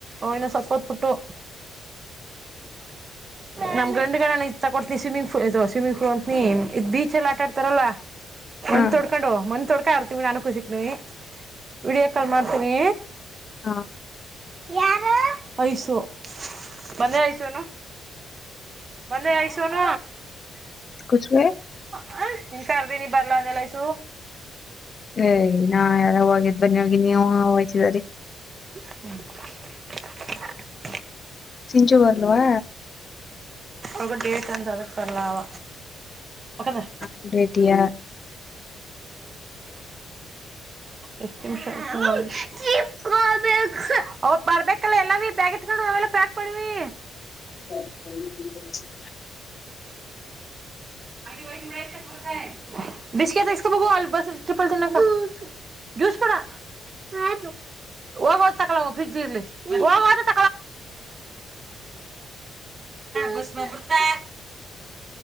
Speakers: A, on the right (about 40°); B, on the left (about 40°).
A: ಅವಿನ ಸ್ವಪ ಹೊತ್ಬಿಟ್ಟು ನಮ ಗಂಡ್ಗಳ ಇ ತಕೋತನಿ ಸ್ವಿಮ್ಮಿಂಗ್ ಪೂಲ್ ಸ್ವಿಿಂಗ್ ಫೂಲ್ ಅಂತನಿ ಇದ್ ಬೀಚ್ಲ್ಲಿ ಆಟಾಡ್ತಾರಲ್ಲ
B: ಹವ
A: ಒಂದ ತೊಡ್ಕೊಂಡು ಮಂದ ತೊಡ್ಕಾ ಇರ್ತೀವಿ ನಾನು ಸಿಕ್ ನೀವಿ <unintelligible> ವಿಡಿಯೋ ಕಾಲ್ ಮಾಡ್ತೀವಿ
B: ಹ
A: ಯಾರ ಐಸು ಬಂದಯ ಐಸುನ್ನೂ ಬಂದಯ ಐಸುನ್ನೂ
B: ಕುಚ್ವೆ
A: ಹ ನಿಂಕರ್ದಿ ನೀ ಬರ್ಲಾಂದೆಲೈಸು
B: ಐ ನಾಯಾರ ಓಗಿದ್ಬನ್ನಿಯೋಗಿ ನೀವೂವ ಓಯ್ತಿದರಿ <unintelligible>
A: <unintelligible>
B: ಸಿಂಚು ಬರ್ಲ್ವಾ
A: ಅವ ಡೇಟಂತ ಅದಕ್ ಬರ್ಲಾ ಅವ ಮಕಂದ
B: ನಂಗು ಡೇಟಿಯಾ
A: ಅತ್ನಿಂಶ ಟಿಪ್ಗೋಬೇಕು ಅವಬರ್ಬೇಕಲ್ಲ ಎಲ್ಲವಿ ಬ್ಯಾಗೆತ್ಕಂಡು ನಾವೆಲ್ಲ ಪ್ಯಾಕ್ ಮಾಡುವಿ
B: <unintelligible>
A: <unintelligible> ಬಿಸ್ಕೆಟ್ ತಗಿಸ್ಕಬೋಗೂ ಅಲ್ ಬಸ್--ಟ್ರಿಪ್ಪಲ್ ತಿನ್ನಕ ಜೂಸು ಜುಸ್ಬೇಡ ಆ ಬೇಕು ಒಗವಟ್ ತಕಲವ್ ಫ್ರಿಗ್ಲೀರ್ಲಿ ವಾಗಾಕ ಬಸಬಂಬುಡುತ್ತ <unintelligible>